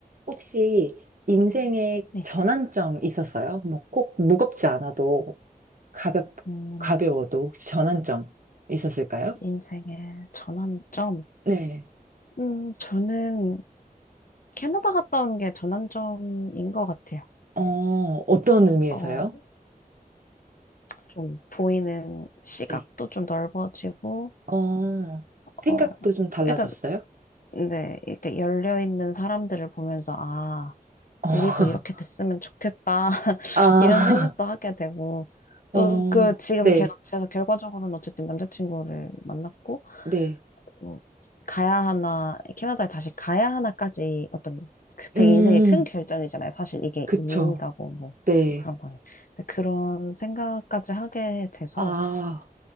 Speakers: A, on the right (about 60°); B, on the left (about 60°).
A: 혹시 인생의
B: 네.
A: 전환점 있었어요? 뭐 꼭 무겁지 않아도 가볍,
B: 음,
A: 가벼워도 혹시 전환점 있었을까요?
B: 인생의 전환점.
A: 네.
B: 음, 저는 캐나다 갔다 온 게 전환점인 것 같아요.
A: 어, 어떤 의미에서요?
B: 어, 좀 보이는 시각도
A: 네.
B: 좀 넓어지고,
A: 어, 생각도
B: 어,
A: 좀 달라졌어요?
B: 일단, 네, 이렇게 열려있는 사람들을 보면서, 아,
A: 어, <laughs>
B: 우리도 이렇게 됐으면 좋겠다. <laughs>
A: 아,
B: 이런 생각도 하게
A: <laughs>
B: 되고,
A: 어,
B: 또 그 지금
A: 네,
B: 걔가, 제가 결과적으로는 어쨌든 남자친구를 만났고,
A: 네.
B: 뭐 가야 하나, 캐나다에 다시 가야 하나까지 어떤 그 되게
A: 음,
B: 인생의 큰 결정이잖아요. 사실 이게
A: 그쵸.
B: 이민 가고 뭐
A: 네.
B: 그런 거는. 근데 그런 생각까지 하게 돼서
A: 아,